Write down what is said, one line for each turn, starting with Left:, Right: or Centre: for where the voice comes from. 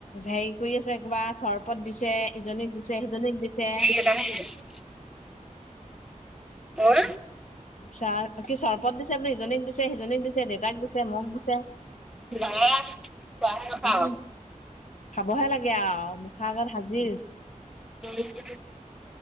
Left: হেৰি কৰি আছে কিবা চৰ্বত দিছে ইজনীক দিছে সিজনীক দিছে
Centre: <unintelligible> অআ
Left: চাহ কি চৰ্বত দিছে বোলে ইজনীক দিছে সিজনীক দিছে দেউতাক দিছে মোক দিছে
Centre: বাহ, খোৱাৰ হে কথা
Left: উম
Centre: আও
Left: খাবহে লাগে আঔ মুখ আগত হাজিৰ
Centre: <unintelligible>